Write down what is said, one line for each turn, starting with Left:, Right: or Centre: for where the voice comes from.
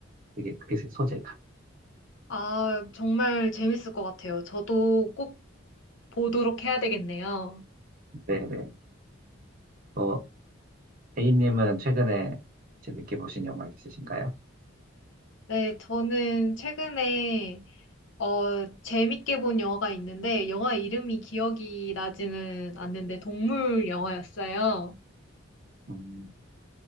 Right: 되게 그 소재가.
Left: 아, 정말 재밌을 것 같아요. 저도 꼭 보도록 해야 되겠네요.
Right: 네네. 어, A님은 최근에 재밌게 보신 영화 있으신가요?
Left: 네, 저는 최근에 어, 재밌게 본 영화가 있는데, 영화 이름이 기억이 나지는 않는데, 동물 영화였어요.
Right: 음,